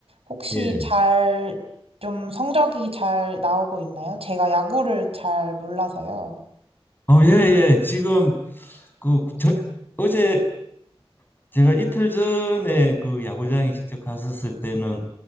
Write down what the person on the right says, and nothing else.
혹시
잘 좀 성적이 잘 나오고 있나요? 제가 야구를 잘 몰라서요.